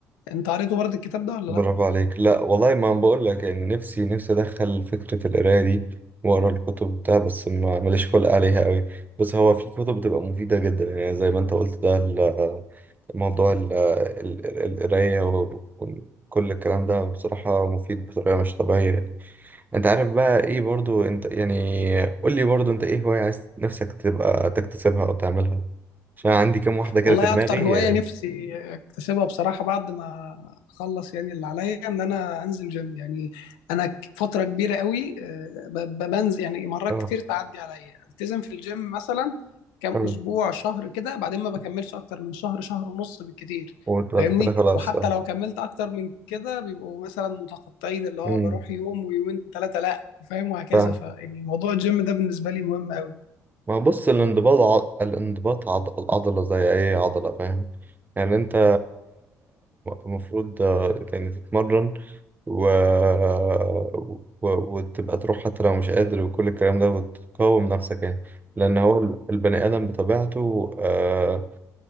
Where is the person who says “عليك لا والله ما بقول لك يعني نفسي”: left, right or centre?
Right